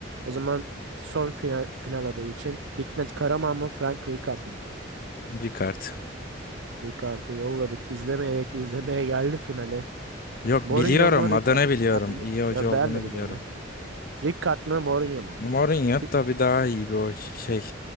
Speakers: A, on the right; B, on the left.
A: O zaman son final, final adayı için Hikmet Karaman mı Frank Rijkaard mı?
B: Ricard.
A: Rijkaard'ı yolladık. İzlemeye, izlemeye geldi finale.
B: Yok
A: Mourinho
B: biliyorum
A: mu Rijkaard
B: adını
A: mı?
B: biliyorum.
A: Ya, bili-
B: İyi hoca
A: ya
B: olduğunu
A: ben de
B: biliyorum.
A: biliyorum ya. Rijkaard mı Mourinho mu?
B: Mourinho
A: Fi-
B: tabii daha iyi bir hoca şey.